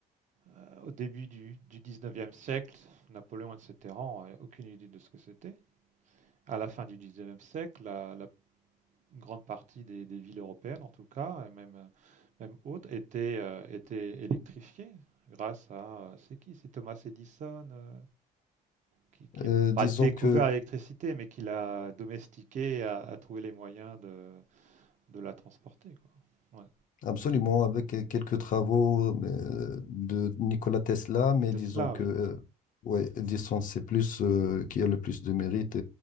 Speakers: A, on the right (about 45°); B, on the left (about 50°).
A: euh, au début du, du 19e siècle, Napoléon, etc., on n'avait aucune idée de ce que c'était. À la fin du 19e siècle, la, la grande partie des, des villes européennes, en tout cas, et même, euh, même autres, étaient, euh, étaient électrifiées grâce à... euh, C'est qui? C'est Thomas Edison, euh, qui, qui
B: Euh,
A: a
B: disons
A: pas découvert
B: que,
A: l'électricité, mais qui l'a domestiquée, et a, a trouvé les moyens de, de la transporter, quoi. Ouais.
B: absolument, avec euh, quelques travaux euh, de Nikola Tesla, mais
A: Tesla,
B: disons que,
A: oui.
B: euh, ouais, disons, c'est plus euh, qui a le plus de mérite.